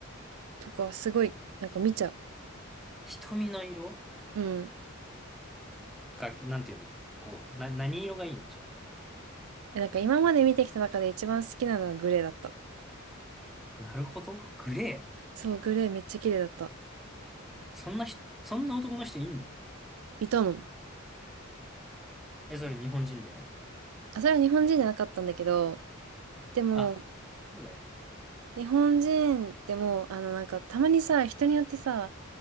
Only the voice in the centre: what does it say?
瞳の色
が、なんていうの、こう、な、何色がいいのじゃあ。
なるほど。グレー。
そんな人、そんな男の人いんの
え、それ日本人で
あ、そうだよね。